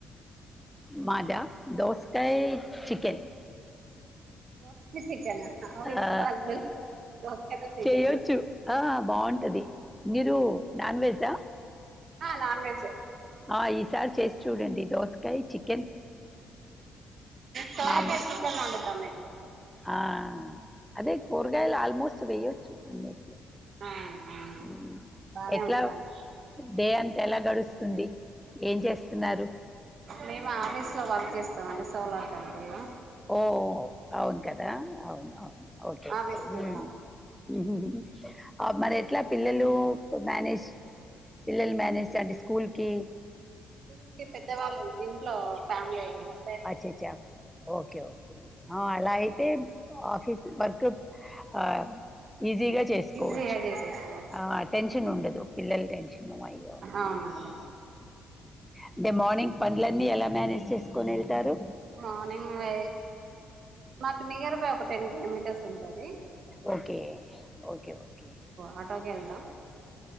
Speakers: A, in the centre; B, on the right.
A: మాదా దోసకాయ చికెన్
B: <unintelligible>
A: ఆ చేయొచ్చు ఆ బాగుంటది మీరు నాన్ వెజ్
B: ఆ నాన్ వజ్
A: ఆ ఈసారి చేసి చూడండి దోసకాయ చిక్
B: తోరకువేసి
A: మామూలు
B: చికెన్ వండుతాము మె <inaudible>
A: ఆ అదే కోరగాయలు ఆల్మోస్ట్ వెయ్య అన్నిట్లో
B: అవునా
A: ఊ
B: బానే
A: ఎట్లా
B: ఉంటదంట
A: డేయాంత ఎలా గడుస్తుంది ఏం చేస్తున్నారు.
B: మేము ఆఫీస్ లో వర్క్ చేస్తామండి. సోలార్ కంపెనీ లో.
A: ఓ అవును కదా అవును అవును ఓకే
B: ఆఫీస్
A: ఊ
B: కెళ్తాము
A: ఉహుహు మరి అట్లా పిల్లలు మేనేజ్ పిల్లలు మేనేజ్ చంటి స్కూల్ కి
B: స్కూకి పెద్దవాళ్ళు ఇంట్లో ఫ్యామిలీ ల
A: అ అచ్చ చ్చ ఓకే ఓకే అలా అంటే ఆఫిస్ వర్క్ ఆ ఈజీగా చేసుకోవచ్చు,
B: ఈజీగా చేసేసుకోవచ్చు
A: ఆ టెన్షన్ ఉండదు. పిల్లల టెన్షన్ అయ్యో
B: అవునండి
A: అంటే మార్నింగ్ పండ్లన్న ఎలా మేనేజ్ చేసుకొని వెళ్ సారు
B: మార్నింగ్ వె మాకు నియరు పో ఒక టెన్ కిలోమీటర్స్ ఉంటుది.
A: ఓకేఓకేఓకేఓకే
B: ఆటోకి వెళ్తాం